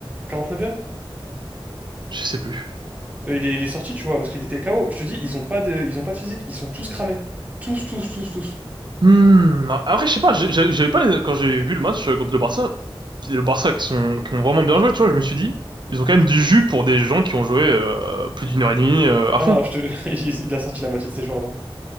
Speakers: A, on the right (about 15°); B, on the right (about 55°).
A: 49e?
B: Je sais plus.
A: Euh, Il est, il est sorti, tu vois, parce qu'il était KO. Je te dis, ils ont pas de, ils ont pas de physique. Ils sont tous cramés. Tous, tous, tous, tous.
B: Hmm, non. Après, je sais pas, j'ai- j'ai- j'avais pas, quand j'ai vu le match euh, contre le Barça, qui- le Barça qui sont, qui ont vraiment bien joué, tu vois, je me suis dit, ils ont quand même du jus pour des gens qui ont joué, euh, plus d'une heure et demie, euh, à
A: Ah
B: fond.
A: non, je te... <laughs> il il a sorti la moitié de ses joueurs, gros.